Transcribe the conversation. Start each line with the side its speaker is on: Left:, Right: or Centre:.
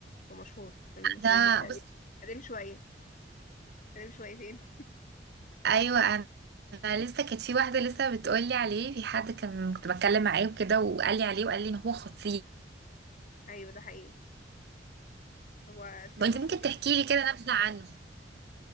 Left: هو مشهور فيلم مشهور
Right: انا
Left: بس قديم
Right: بصي
Left: قديم شوية قديم شويتين
Right: ايوه انا أنا لسه كانت في واحده لسه بتقولي عليه في حد كان كنت بتكلم معاه وكده وقال لي عليه وقال لي ان هو خطير
Left: <laughs> ايوه ده حقيقي هو الفيلم
Right: وانت
Left: مشهور
Right: ممكن
Left: جدا
Right: تحكي لي كده نبذه عنه